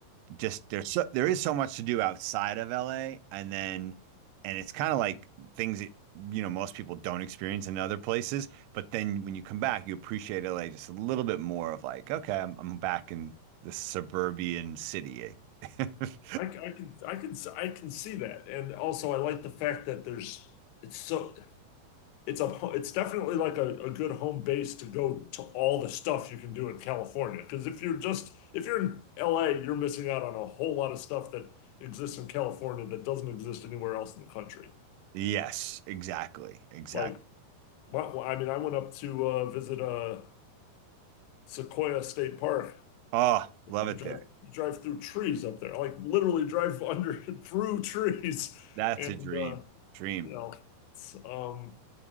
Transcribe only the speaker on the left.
I I can, I can, I can see that. And also I like the fact that there's, it's so, it's a, it's definitely like a, a good home base to go to all the stuff you can do in California. Because if you're just, if you're in LA, you're missing out on a whole lot of stuff that exists in California that doesn't exist anywhere else in the country.
Like, Well, well, I mean, I went up to uh, visit uh, Sequoia State Park.
You
drive,
you drive through trees up there, like literally drive under <laughs> through trees,
and
uh,
you know, it's, um,